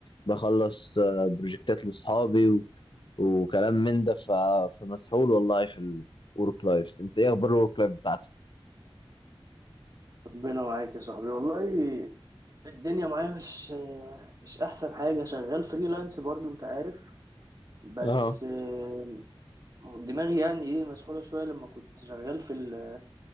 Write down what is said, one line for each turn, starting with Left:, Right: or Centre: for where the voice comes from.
Left: بخلص آه، بروجكتات لاصحابي وكلام من ده ف... فمسحول والله في الورك لايف انت ايه اخبار الورك لايف بتاعتك
Right: ربنا معاك يا صاحبي والله الدنيا معايا مش مش احسن حاجه شغال فريلانس برضو انت عارف بس
Left: اه
Right: آه، دماغي يعني ايه مسحوله شويه لما كنت شغال في ال...